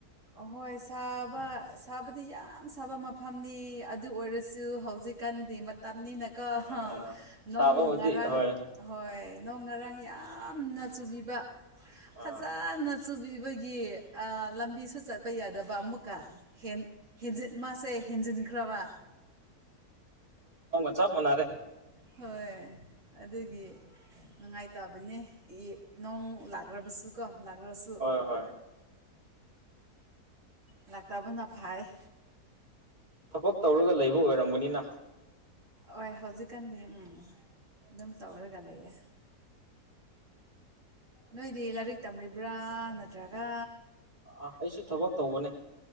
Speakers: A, on the right (about 50°); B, on the right (about 25°).
A: ꯑꯍꯣꯏ ꯁꯥꯕ ꯁꯥꯕꯗꯤ ꯌꯥꯝ ꯁꯥꯕ ꯃꯐꯝ ꯐꯝꯅꯤ ꯑꯗꯨ ꯑꯣꯏꯔꯁꯨ ꯍꯧꯖꯤꯛꯀꯥꯟꯗꯤ ꯇꯝꯅꯤꯅꯀꫭ
B: ꯑꯥ
A: ꯅꯣꯡ
B: ꯁꯥꯕꯕꯨꯗꯤ
A: ꯉꯔꯥꯡ
B: ꯍꯣꯏ
A: ꯍꯣꯏ ꯅꯣꯡ ꯉꯔꯥꯡ ꯌꯥꯝꯅ ꯆꯨꯕꯤꯕ
B: ꯑꯥ
A: ꯐꯖꯅ ꯆꯥꯛꯆꯨꯕꯤꯕꯒꯤ ꯂꯝꯕꯤꯁꯨ ꯆꯠꯄ ꯌꯥꯗꯕ ꯑꯃꯨꯛꯀ ꯍꯦꯟꯖꯤꯟ ꯃꯥꯁꯦ ꯍꯦꯟꯖꯤꯟꯈ꯭ꯔꯕ
B: ꯆꯕ ꯃꯅꯥꯔꯦ
A: ꯍꯣꯏ ꯑꯗꯨꯒꯤ ꯅꯨꯡꯉꯥꯏꯇꯕꯅꯦ ꯏ ꯅꯣꯡ ꯂꯥꯛ ꯂꯥꯛ꯭ꯔꯕꯁꯨ ꯀꯣ ꯂꯥꯛ꯭ꯔꯁꯨ
B: ꯍꯣꯏ ꯍꯣꯏ
A: ꯂꯥꯛꯇꯕꯅ ꯐꯥꯏ
B: ꯊꯕꯛ ꯇꯧꯔꯒ ꯂꯩꯕ ꯑꯣꯏꯔꯝꯒꯅꯤꯅ
A: ꯍꯣꯏ ꯍꯧꯖꯤꯛꯀꯥꯟꯗꯤ ꯎꯝ ꯑꯗꯨꯝ ꯇꯧꯔꯒ ꯂꯩꯌꯦ ꯅꯣꯏꯗꯤ ꯂꯥꯏꯔꯤꯛ ꯇꯝꯂꯤꯕ꯭ꯔꯥ ꯅꯠꯇ꯭ꯔꯒ
B: ꯑ ꯑꯩꯁꯨ ꯊꯕꯛ ꯇꯧꯕꯅꯦ